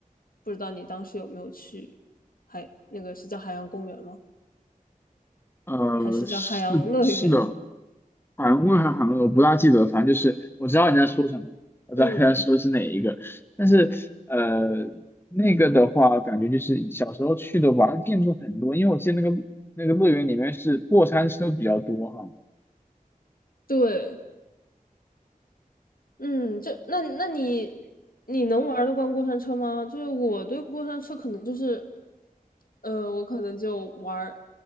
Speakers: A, on the left (about 80°); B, on the left (about 15°).
A: 不知道你当时有没有去海，那个是叫海洋公园吗？
B: 呃，
A: 还是叫海洋乐园？
B: 是是的，韩问还是韩俄，我不大记得，反正就是我知道你在说什么，我知道你在说是哪一个，
A: <laughs> 嗯，
B: 但是呃，那个的话，感觉就是小时候去的玩的店铺很多，因为我记得那个那个乐园里面是过山车比较多哈，
A: 对，嗯，这那那你你能玩得惯过山车吗？就是我对过山车可能就是，呃，我可能就玩儿，